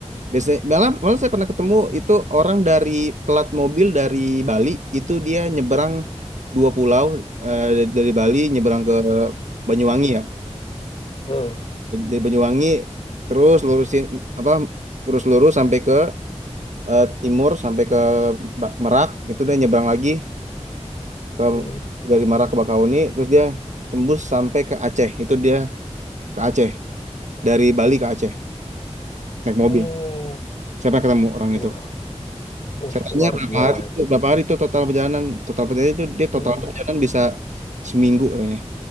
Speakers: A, on the right; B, on the left.
A: Biasanya malah, malah saya pernah ketemu itu orang dari pelat mobil dari Bali itu dia nyeberang dua pulau eh, dari Bali nyeberang ke Banyuwangi ya.
B: Heeh,
A: Dari Banyuwangi terus lurusin apa terus lurus sampai ke eh, timur sampai ke Ba- Merak itu dia nyebrang lagi ke
B: mm-mm.
A: dari Merak ke Bakauni terus dia tembus sampai ke Aceh itu dia ke Aceh dari Bali ke Aceh naik
B: Oh,
A: mobil saya pernah ketemu orang
B: wah,
A: itu
B: wah
A: saya
B: luar
A: tanya berapa
B: biasa.
A: hari itu berapa hari itu total perjalanan total perjalanan itu dia
B: Mm-mm.
A: total perjalanan bisa seminggu katanya